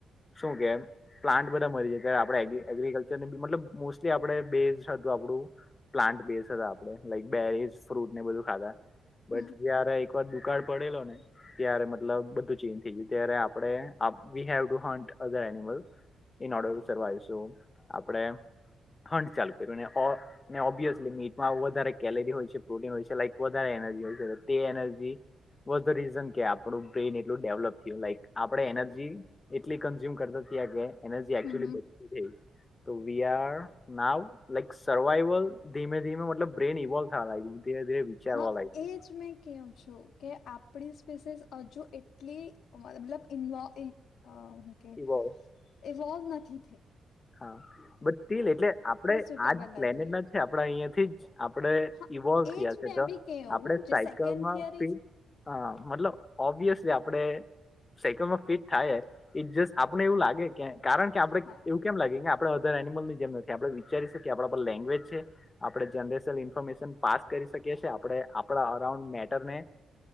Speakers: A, on the left; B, on the left.
A: શું કેમ? પ્લાન્ટ બધા મરી જાય ત્યારે આપણે એગ્રિકલ્ચરનું બ મતલબ મોસ્ટલી આપણે બેઝડ હતું આપણું પ્લાન્ટ બેસ હતા આપડે લાઈક બેરીઝ ફ્રૂટ ને બધું ખાતાા
B: હમ
A: બટ જયારે એકવાર કાર પડેલો ને ત્યારે મતલબ બધું ચેન્જ થઈ ગયું ત્યારે આપણે we have to hunt other animal in ઓર્ડરવા આવીશું આપડે હંડ ચાલુ કર્યું‌. અને ઓબ્વિયસલી મીટમાં વધારે કેલરી હોય છે. પ્રોટીન હોય છે. લઇક વધારે એનર્જી હોય છે તે એનર્જી વોઝ ધ રીઝન કે આપણું બ્રેઇન એટલું ડેવલપ થીય લાઈક આપણે એનર્જી એટલી કન્ઝ્યુમ કરતા થીયા કે એનજી એકચુલી
B: હમ
A: બચતી થેય તો we are now like survival ધીમે ધીમે મતલબ બ્રેન ઇવોલ્ હા ધીરે ધીરે વિચારવા
B: હા
A: લાગ છે.
B: એજ મેં કેવું છું કે આપડી સ્પેસીસ હજુ એટલી મતલબ ઇન્વોલ્ ઇકે
A: ઇવોલ્વ
B: <unintelligible> નથી થે
A: હા બટ ટીલ એટલે આપણે
B: સુટેબલ
A: આજ પ્લેનેટ
B: નથી
A: ના છે, આપડા અહિયાંથી જ આપડે
B: હા
A: ઈવોલ્વ થયા
B: એજ
A: છે,
B: મેં
A: તો
B: બી કેવું
A: આપણે
B: જે
A: સાયકલમાં
B: સેકન્ડ થિયરી
A: હ મતલબ ઓબ્વિયસલી આપડે સાયકલમાં ફિટ થાયે ઇટ જસ આપને એવું લાગે કે કારણ કે આપડે
B: હા
A: કેમ લાગે કે આપણે અધર એનિમલની જેમ નથી આપણે વિચારી શકીએ આપણા લેંગ્વેજ છે. આપણે જનરેશલ ઇન્ફોર્મેશન પાસ કરી શકીએ છે, આપણે આપણા અરાઉન્ડ મેટરને